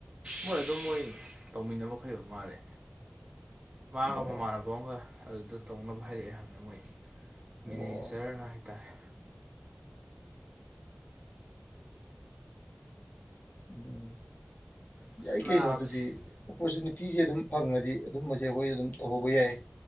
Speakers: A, on the right (about 30°); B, on the left (about 50°).
A: ꯃꯣꯏ ꯑꯗꯨꯝ ꯃꯣꯏ ꯇꯧꯃꯤꯟꯅꯕ ꯈꯣꯏꯕ ꯃꯥꯜꯂꯦ ꯃꯥꯒ
B: ꯑꯣ
A: ꯃꯃꯥꯟꯅꯕ ꯑꯃꯒ ꯑꯗꯨꯗ ꯇꯧꯅꯕ ꯍꯥꯏꯔꯛꯑꯦ ꯍꯪꯅ ꯃꯣꯏ ꯃꯤꯅꯦꯖꯔꯅ
B: ꯑꯣ
A: ꯍꯥꯏ ꯇꯔꯦ
B: ꯎꯝ
A: ꯑꯁ
B: ꯌꯥꯏ ꯀꯩꯅꯣ
A: ꯅꯥꯕꯁꯤ
B: ꯑꯗꯨꯗꯤ ꯑꯣꯄꯣꯔꯆꯨꯅꯤꯇꯤ ꯎꯇꯤꯁꯦ ꯑꯗꯨꯝ ꯐꯪꯉꯗꯤ ꯑꯗꯨꯝꯕꯁꯦ ꯑꯩꯈꯣꯏꯁꯨ ꯑꯗꯨꯝ ꯇꯧꯍꯧꯕ ꯌꯥꯏ